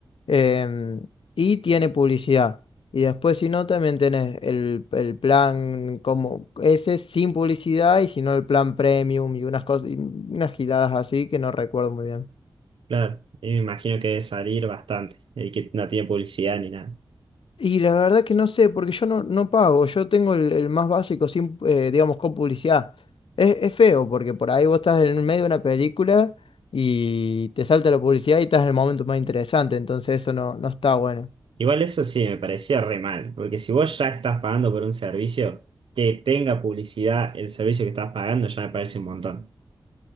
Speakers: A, on the left; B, on the right.
A: em, y tiene publicidad. Y después, si no, también tenés el, el plan como ese sin publicidad, y si no, el plan premium y unas cosas, y unas giladas así que no recuerdo muy bien.
B: Claro, y me imagino que debe salir bastante, y que no tiene publicidad ni nada.
A: Y la verdad que no sé, porque yo no, no pago, yo tengo el, el más básico, sin, eh, digamos, con publicidad. Es, es feo, porque por ahí vos estás en el medio de una película y te salta la publicidad y estás en el momento más interesante, entonces eso no, no está bueno.
B: Igual eso sí, me parecía re mal, porque si vos ya estás pagando por un servicio, que tenga publicidad el servicio que estás pagando ya me parece un montón.